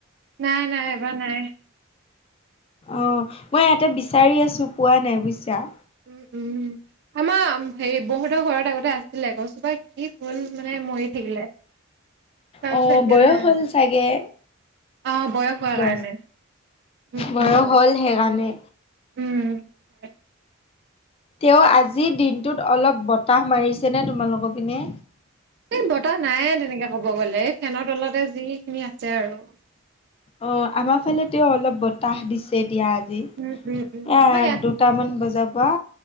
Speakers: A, on the right; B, on the left.
A: নাই নাই এবাৰ নাই
B: অঁ মই ইয়াতে বিচাৰি আছো পোৱা নাই বুজিছা
A: উম উম আমাৰ হেৰি বহুতৰ ঘৰত আগতে আছিলে কচোপা কি হল মানে মৰি থাকিলে তাৰপিছত
B: অ
A: এতিয়া
B: বয়স
A: নাই
B: হ'ল
A: আহ
B: চাগে
A: বয়স হোৱাৰ
B: গছ
A: কাৰণে উম উম
B: বয়স
A: হয়
B: হ'ল সেইকাৰণে
A: উম উ হয়
B: তেওঁ আজিৰ দিনটোত অলপ বতাহ মাৰিছেনে তোমালোকৰ পিনে
A: এই বতাহ নাইে তেনেকে ক'ব গ'লে এই ফেনৰ তলতে যিখিনি আছে আৰু
B: অঁ আমাৰ ফালে তেওঁ অলপ বতাহ দিছে দিয়া আজি এ
A: উম উম উম আমাৰ
B: দুটামান বজাৰ পৰা